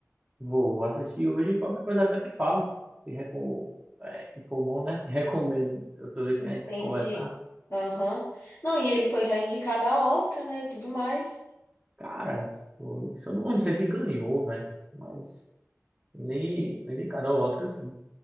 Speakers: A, on the right; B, on the left.
A: Vou assistir hoje e qualquer coisa até te falo. Te recom... é, se for bom, né? Te <laughs> recomendo outra vez
B: Entendi.
A: que a gente se conversar.
B: Aham. Não, e ele foi já indicado a Oscar, né, e tudo mais.
A: Cara, foi... eu não, eu não sei se ganhou, velho. Mas ele foi indicado ao Oscar, sim.